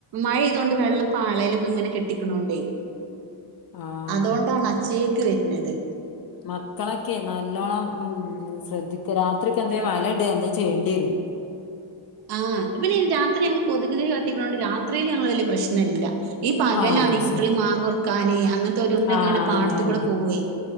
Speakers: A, on the right; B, on the left.
A: മഴയ്തോണ്ട് വെള്ളം പ്പാളയിലൊക്കെ ഇങ്ങനെ കെട്ടിക്കണോണ്ടേ
B: ആഹ്
A: അതോണ്ടാണ് അച്ചേക്ക് വെരുന്നത്
B: മക്കളൊക്കെ നല്ലോണം ഉം ശ്രദ്ധിക്കാ രാത്രിക്കെ എന്തേലും വല ഇടയ എന്തേ ചെയ്യേണ്ടി വെരും
A: ആഹ് പിന്നെ രാത്രി ഞങ്ങൾ കൊതുക് തിരി കത്തിക്കണോണ്ട് രാത്രിയിൽ ഞങ്ങള് വലൃ പ്രശ്നില്ല ഈ പകലാണ്
B: ആഹ്
A: ഈ കുട്ടികളീ
B: ശരി
A: മാങ്ങുറക്കാന് അങ്ങന തൊരുന്നൊക്കെ
B: ആഹ്
A: ഇങ്ങന പാടത്ത്
B: അന്നെ അന്നെ
A: കൂട പോവേ